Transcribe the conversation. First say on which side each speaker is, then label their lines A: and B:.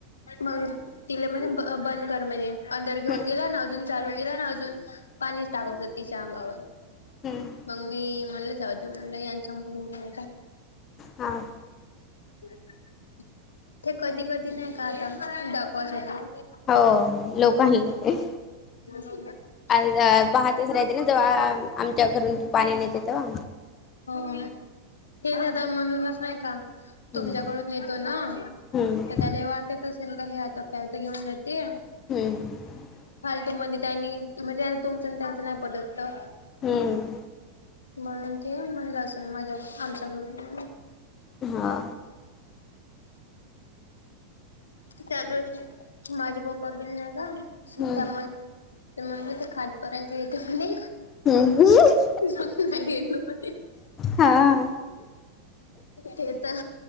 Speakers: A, on the left; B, on the left.
A: मग तिला म्हणे ब बंद कर म्हने अनदर घेऊन
B: हम्म
A: गेल अन् अजून चालू केला ना अजून पाणी टाकवत होत तिच्या अंगावर
B: हम्म
A: मग मी म्हणल जाऊ दे म्हणलं यांच्या <unintelligible>
B: हां.
A: ह <inaudible> ते कधी कधी नाही का आता दाखवायसाठी.
B: हो लोक हल्लं ते.
A: <inaudible>
B: आ पाहतच राहते ना तेव्हा आमच्या घरून तू पाणी नेते तेव्हा.
A: हो हे सदा म्हणूनच नाही का.
B: हम्म
A: तुमच्याकडून येतो ना,
B: हम्म
A: तर त्याला वाटत असेल. हे आता प्यायच घेऊन जाते.
B: <inaudible>
A: नी म्हणजे तुमच त्यांच नाही पटत का?
B: हम्म.
A: म्हणून ते म्हणलं असेल मजाक आमच्या घरी.
B: हा.
A: त्या माझे पप्पा बिन नाही का
B: हम्म
A: त्यामुळे. तर म्हण मा ते खादपर्यंत येते म्हणे.
B: हम् ह.
A: नाही.
B: हा
A: ते तर